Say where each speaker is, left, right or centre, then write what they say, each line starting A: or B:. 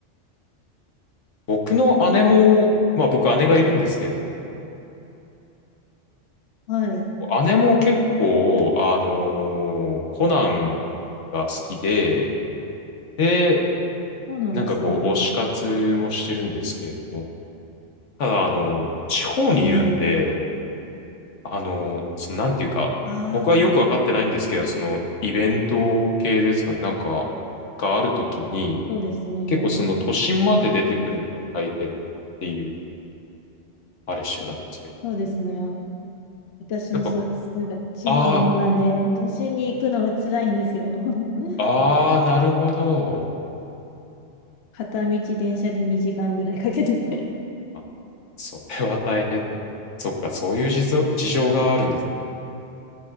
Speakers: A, on the left; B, on the left.
A: 僕の姉も、まあ僕姉がいるんですけれど
B: はい。
A: も、姉も結構、あのーコナンが好きで、で、
B: そうなんですね。
A: なんかこう、推し活もしてるんですけれども、ただ、あのー地方にいるんで、
B: はい。
A: あのーその、なんていうか、
B: ああ、
A: 僕はよくわかってないんですけど、その、イベント系ですかね、なんか、があるときに、
B: そうですね。
A: 結構その都心まで出てくるのが大変っていう、あれしてたんですけど、
B: うんそうですね。私もそうです。
A: やっぱ、
B: なんか地方の方なんで、
A: ああ、
B: 都心に行くのが辛いんですよ。<laughs>
A: ああ、なるほど。
B: 片道電車で2時間ぐらいかけてて。
A: あそれは大変だ。そっか、そういう事情、事情があるんですね。